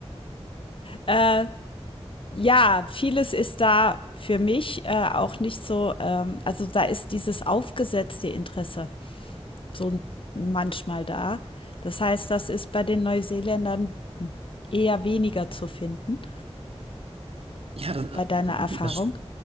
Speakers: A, on the left; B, on the right.
A: Äh, ja, vieles ist da für mich äh, auch nicht so, ähm, also da ist dieses aufgesetzte Interesse so manchmal da. Das heißt, das ist bei den Neuseeländern eher weniger zu finden,
B: Ja, das,
A: bei deiner
B: das
A: Erfahrung.